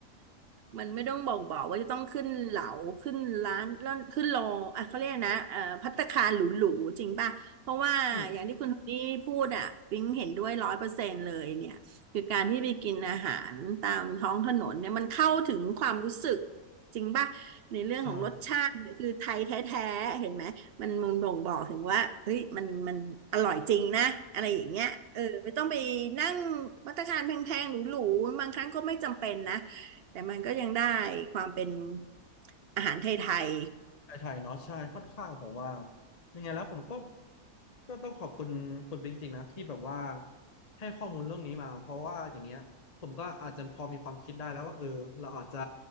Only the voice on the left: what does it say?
อืม
ใช่
ไทยๆเนาะใช่ค่อนข้างผมว่ายังไงแล้วผมก็ก็ต้องขอบคุณคุณเป็นจริงๆนะที่แบบว่าให้ข้อมูลเรื่องนี้มาเพราะว่าอย่างเงี้ยผมก็อาจจะพอมีความคิดได้แล้วว่าเออเราอาจจะ